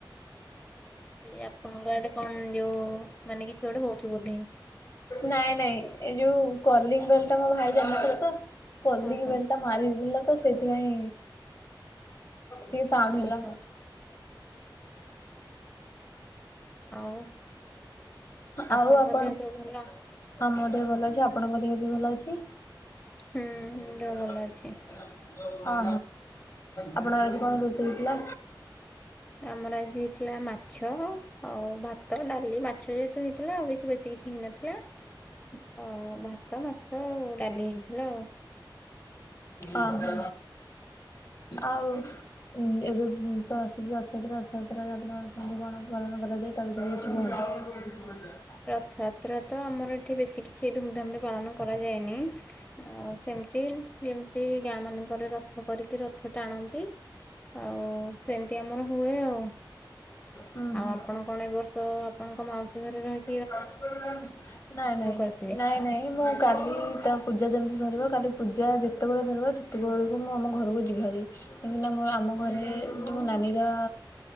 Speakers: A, on the left (about 20°); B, on the left (about 40°).
A: ଏ ଆପଣଙ୍କର ଏଟେ କଣ ଯୋଉ ମାନେ କିଛି ଗୋଟେ ହଉଛି ବୋଧି
B: ନାଇଁ ନାଇଁ ଏଇ ଯୋଉ କଲିଙ୍ଗ ବେଲଟ ଟା ମୋ ଭାଇ ଜତଲି
A: ଓହୋ
B: ବେଲଟ ମାରିଦଥିଲା ତ ସେଇଥିପାଇଁ ସେି ସାଉଣ୍ଡ
A: ଓହୋ
B: ହେଲା
A: ଆଉ ଆପଣଙ୍କ
B: ଆଉ ଆପଣ
A: ଦେହ ସବୁ ଭଲ?
B: ହଁ ମୋ ଦେହ ଭଲ ଅଛି ଆପଣଙ୍କ ଦେହ ବି ଭଲ ଅଛି
A: ହୁଁ
B: ହଁ
A: ଦେହ ଭଲ ଅଛି।
B: ହୋ ଆପଣଙ୍କ ଆଜି କଣ ରୋଷେଇ ହେଇଥିଲା
A: ଆମର ଆଜି ହେଇଥିଲା ମାଛ ଆଉ ଭାତ ଡାଲି ମାଛ ଯେହେତୁ ହେଇଥିଲା ଆଉ କିଛି ସେ କିଛି ହେଇନଥିଲା
B: ହ
A: ହ ଭାତ ମାଛ ଆ ଡାଲି ହେଇଥିଲା ଆଉ
B: ଓହୋ ଆଉ ଉଁ ଏବେ ତ ଆସୁଛି ରଥଯାତ୍ରା ରଥଯାତ୍ରାରେ ଆପଣଛନ୍ତି କଣ ପାଳନ କରାଯାଏ ତା ଯାଇ କିଛି ବ
A: ରଥଯାତ୍ରା ତ ଆମର ଏଠି ବେଶୀ କିଛି ଧୁମଧାମ ରେ ପାଳନ କରାଯାଏନି ଆଉ ସେମିତି ଯେମିତି ଗାଁ ମାନଙ୍କରେ ରଥ କରିକି ରଥ ଟାଣନ୍ତି ଆଉ ସେମିତି ଆମର ହୁଏ ଆଉ
B: ହୁଁ
A: ଆଉ
B: ହୁଁ।
A: ଆପଣ କଣ ଏ ବର୍ଷ ଆପଣଙ୍କ ମାଉସୀ ଘରେ ରହିଛି
B: ନାଇଁ ନାଇଁ ନାଇଁ
A: ଆସିବେ?
B: ନାଇଁ ନାଇଁ ମୁଁ କାଲି ତାଙ୍କ ପୂଜା ଯେମିତି ସରିବ କାଲି ପୂଜା ଯେତେବେଳେ ସରିବ ସେତେବେଳକୁ ମୁଁ ଆମ ଘରକୁ ଯିବାରି କାହିଁକିନା ଆମ ଘରେ ମୋ ନାନୀର